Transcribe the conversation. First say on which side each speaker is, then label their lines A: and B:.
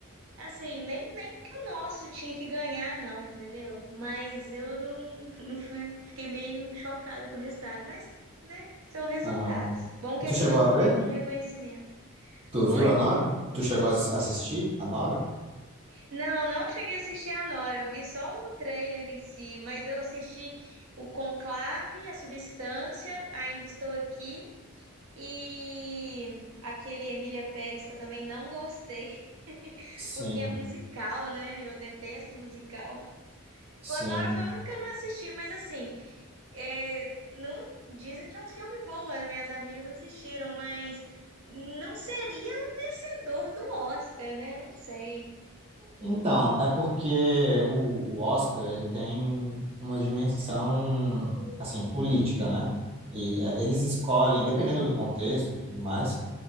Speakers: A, on the right; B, on the right.
A: Assim, nem, nem que o nosso tinha que ganhar, não, entendeu? Mas eu não, não fui, fiquei meio chocada com o resultado, mas, né, são resultados.
B: Aham.
A: Bom que a
B: Tu
A: gente
B: chegou a ver?
A: teve um reconhecimento.
B: Tu
A: Oi?
B: viu a Nora? Tu chegou a ass- assistir a Nora?
A: Não, não cheguei a assistir a Nora, eu vi só o trailer em si, mas eu assisti o Conclave, a Substância, Ainda Estou Aqui e aquele Emília Pérez que eu também não gostei, <laughs>
B: Sim,
A: porque é musical, né? Eu detesto musical.
B: sim.
A: Clanora foi o único que eu não assisti, mas assim, é, não dizem que é um filme bom, as minhas amigas assistiram, mas não seria o vencedor do Oscar, né? Não sei.
B: Então, é porque o, o Oscar ele tem uma dimensão assim política, né? E é, eles escolhem, dependendo do contexto e tudo mais,